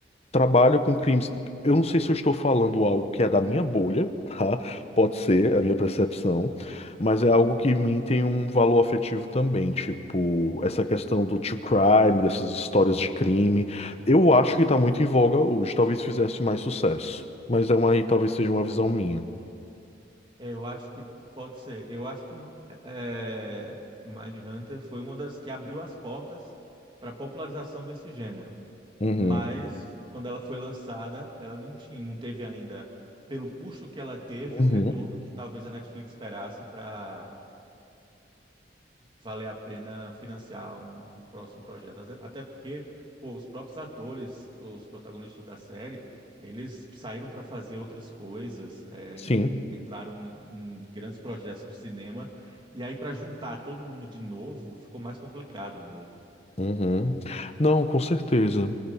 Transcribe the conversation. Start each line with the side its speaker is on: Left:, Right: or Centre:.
Left: trabalha com crimes. Eu não sei se eu estou falando algo que é da minha bolha, <laughs> tá? Pode ser a minha percepção. Mas é algo que em mim tem um valor afetivo também, tipo, essa questão do true crime, dessas histórias de crime. Eu acho que tá muito em voga hoje, talvez fizesse mais sucesso. Mas é uma, aí talvez seja uma visão minha.
Right: É, eu acho que pode ser. Eu acho que é, é, Mindhunter foi uma das que abriu as portas para a popularização desse gênero.
Left: Uhum,
Right: Mas quando ela foi lançada, ela não tinha, não teve ainda, pelo custo que ela teve,
Left: uhum,
Right: o retorno que talvez a Netflix esperasse para valer a pena financiar um, um próximo projeto. Até até porque, pô, os próprios atores, os protagonistas da série, eles saíram para fazer outras coisas, é,
Left: sim.
Right: entraram em, em grandes projetos do cinema, e aí para juntar todo mundo de novo ficou mais complicado mesmo.
Left: Uhum. Não, com certeza.